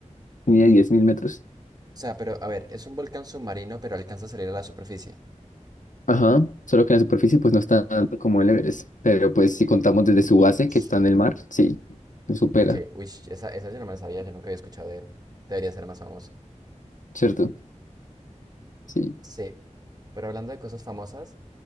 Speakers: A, on the left; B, on the right.
A: mide 10.000 metros.
B: O sea, pero a ver, es un volcán submarino, pero alcanza a salir a la superficie.
A: Ajá, solo que en la superficie pues no está tanto como el Everest, pero pues si contamos desde su base
B: Ush.
A: que está en el mar, sí, lo supera,
B: Uy, que, uy, esa, esa yo no me la sabía, yo nunca había escuchado de él. Debería ser más famoso.
A: ¿cierto? Sí,
B: Sí. Pero hablando de cosas famosas,